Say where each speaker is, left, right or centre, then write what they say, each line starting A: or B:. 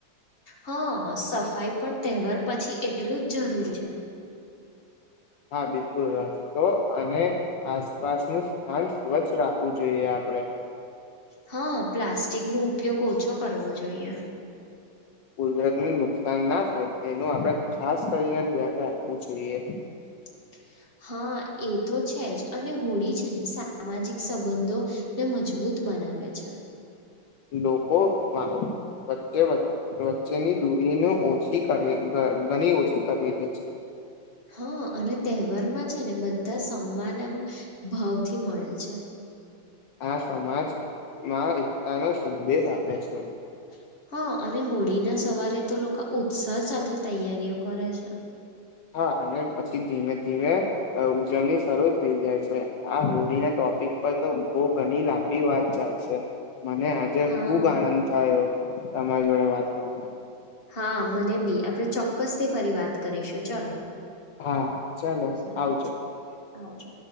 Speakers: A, on the left; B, on the left.
A: હા સફાઈ પણ તહેવાર પછી એટલું જ જરૂરી છે
B: હા બિલકુલ રસ્તો અને આસપાસનું સ્થાન સ્વચ્છ રાખવું જોઈએ આપડે
A: હા પ્લાસ્ટિક નો ઉપયોગ ઓછો કરવો જોઈએ
B: કુદરતનું નુકસાન ના થાય તેનું આપળે ખાસ કરીને ધ્યાન રાખવું જોઈએ.
A: <inaudible> હા એ તો છે જ અને હોળી છે ને સામાજિક સંબંધો ને મજબૂત બનાવે છે.
B: લોકો વાવ વચ્ચે વ વચ્ચેની દૂરીનું ઓછી કરે, ધ ઘણી ઓછી કરી દે છે.
A: હા અને તહેવારમાં છે ને બધા સમાન એમ ભાવથી મળે છે.
B: આ સમાજમાં એકતા નો સંદેશ આપે છે.
A: <inaudible> હા અને હોળી ના સવારે તો લોકો ઉત્સાહ સાથે તૈયારીઓ કરે છે.
B: હા અને પછી ધીમે-ધીમે અ ઉજવણી શરૂ થઈ જાય છે આ હોળીને ટો ટોપિક પર તો બો ઘણી લાંબી વાત ચાલશે મને આજે
A: હા
B: ખુબ આનંદ થયો તમાર જોડે વાત કરીને.
A: હા મને બી આપળે ચોક્કસ થી ફરી વાત કરીશું ચલો.
B: હા ચાલો
A: હા
B: આવજો.
A: ચાલ આવજો